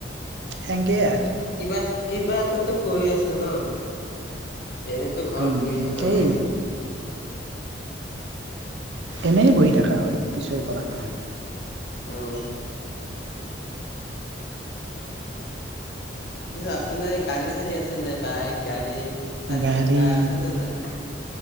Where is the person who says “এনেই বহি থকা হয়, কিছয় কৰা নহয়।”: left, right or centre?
Right